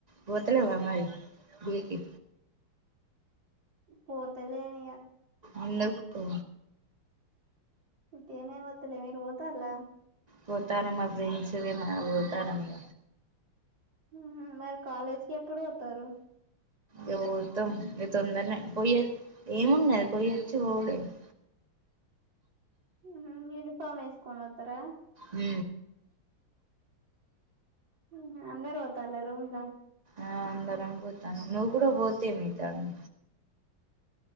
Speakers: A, on the right; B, on the right.
A: పోతలేవ్వా మరి గుడికి
B: పోతలేనిగ
A: ఎందు కూ
B: ఉట్టిగనే వోతలే మీరు వోతాల్లా
A: పోతాన్న మా ఫ్రెండ్సూ మా బోతానమిగ
B: ఊహూ మరి కాలేజ్కెప్పుడు వోతరూ
A: ఇగ వోతం ఇగ తొందర్నే పొయ్యో ఏమున్నద్ పొయ్యొచ్చి వోవుడే గద
B: ఊహూ యునిఫామ్ ఎస్కోకోనత్తరా
A: ఉ
B: అహా అందరు వోతాళ్ళా రూమ్ల
A: ఆ అందరం బోతానం నువ్ గుడ బోతేమైతాంది